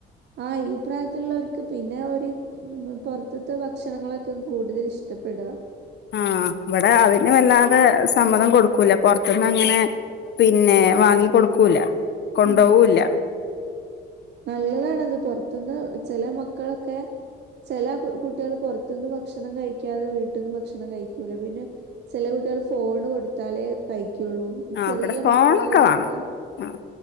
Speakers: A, on the right; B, on the left.
A: ആ ഈ പ്രായത്തിലുള്ളവർക്ക് പിന്നെ ഒരു പുൊറത്തത്തെ ഭക്ഷണങ്ങളൊക്കെ കൂടുതൽ ഇത്തപ്പെട
B: ആ ഇവിടെ അതിന് വല്ലാതെ സമ്മതം കൊടുക്കൂല പുൊറത്തുന്ന് അങ്ങനെ പിന്നെ വാങ്ങിിക്ക കൊടുക്കൂല കൊണ്ടോവൂല്ല
A: മ നല്ലതാണത് പുൊറത്തുനിന്ന് ചെില മ മക്കളൊക്കെ ചെല കു കുട്ടികള് പുറത്തു നിന്ന് ഭക്ഷണം കഴിക്കാതെ വീട്ടിന്ന് ഭക്ഷണം കഴിക്കൂല പിന്നെ ചെല കു കുട്ടിയേള് ഫോണ് കൊടുത്താലേ കഴിക്കുള്ളൂ
B: ആഹ്
A: ചെറിയ
B: ഇവിടെ ഫോണൊക്കെ
A: മക്കള കൈയിലൊക്കം
B: വേണം ആഹ്